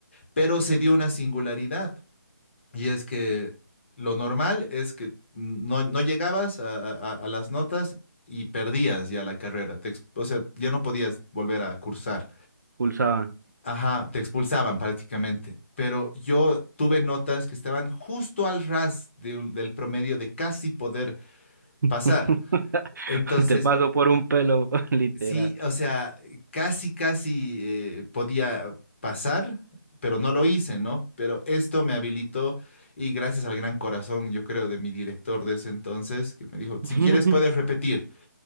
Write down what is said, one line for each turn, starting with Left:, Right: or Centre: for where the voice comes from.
Left: pero se dio una singularidad. Y es que lo normal es que no, no llegabas a, a- a las notas y perdías ya la carrera. te ex- o sea, ya no podías volver a cursar.
Right: pulsaban.
Left: Ajá, te expulsaban prácticamente. Pero yo tuve notas que estaban justo al ras de un- del promedio de casi poder
Right: <laughs>
Left: pasar. Entonces,
Right: Usted pasó por un pelo, <laughs> literal.
Left: Sí, o sea, casi, casi eh, podía pasar, pero no lo hice, ¿no? Pero esto me habilitó y gracias al gran corazón, yo creo, de mi director de ese entonces, que me dijo,
Right: <laughs>
Left: si quieres puedes repetir.